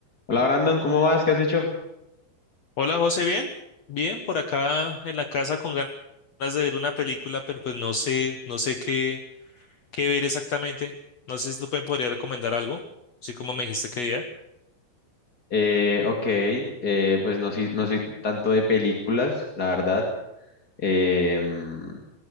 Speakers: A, on the left; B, on the left.
A: Hola Brandon, ¿cómo vas? ¿Qué has hecho?
B: Hola José, ¿bien? Bien, por acá en la casa con gan- ganas de ver una película, pero pues no sé, no sé qué, qué ver exactamente. No sé si tú me podrías recomendar algo, así como me dijiste que día.
A: Eh, ok, eh, pues no, soy- no soy tanto de películas, la verdad. Eh, mm,